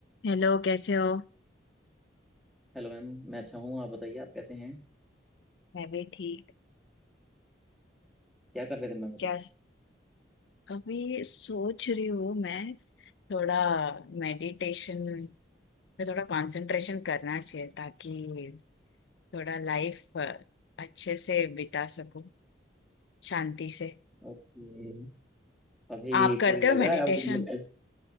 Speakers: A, on the left; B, in the centre.
A: Hello कैसे हो
B: Hello ma'am मैं अच्छा हूँ आप बताइए आप कैसे हैं
A: मैं भी ठीक
B: क्या कर रहे थे मैम अभी
A: क्या अभी सोच रही हूँ मैं थोड़ा मेडिटेशन पे थोड़ा कंसंट्रेशन करना चाहिए ताकि थोड़ा लाइफ अच्छे से बिता सकूं शांति से
B: ओके अभी
A: आप करते
B: कोई लग
A: हो मेडिटेशन
B: रहा है आपको मतलब एस